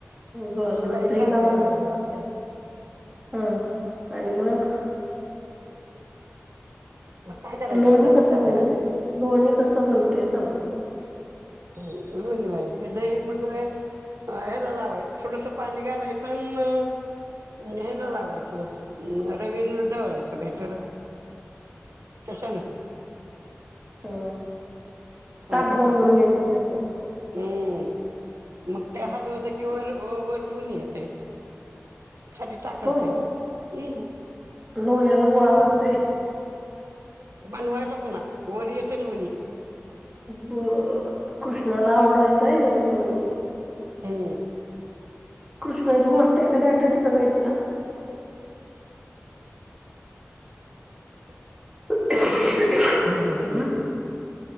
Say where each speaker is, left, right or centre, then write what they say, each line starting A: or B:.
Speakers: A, on the right (about 15°); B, on the right (about 85°).
A: बरं
B: असं
A: मग
B: काही
A: दही
B: छान
A: लावल्यावर
B: नाई लागलेल आसतय.
A: हा आणि मग?
B: मग काय करायचं
A: लोणी
B: आपल्याला
A: कसं
B: त्या
A: बनत?
B: दह्याच
A: य लोणी कसं बनतय सांग?
B: हो लोणी म्हाहीत्यय दही मग अ हेला लावायचं थोडस पाणी घालायचं नं <unintelligible> लावायचं रवीन ढवळायचं नाहीतर कशानं?
A: हां ताक
B: करतात
A: बनवून
B: ना
A: घ्यायचं त्याचं.
B: हम्म मग ते हालवलं की वर अ वर लोणी येतय. खाली ताक ऱ्हातंय
A: होय
B: हम्.
A: लोण्याचा गोळा बनतोय
B: बनवायचा <unintelligible> ना वर येतय लोणी.
A: ब कृष्णाला आवडायचा होय ने लोणी.
B: हम्म.
A: कृष्णाची गोष्ट एखादी आठवते का गं आई तूला?
B: <inaudible>
A: <unintelligible>
B: हम् हम् हम्
A: हम्म
B: हम्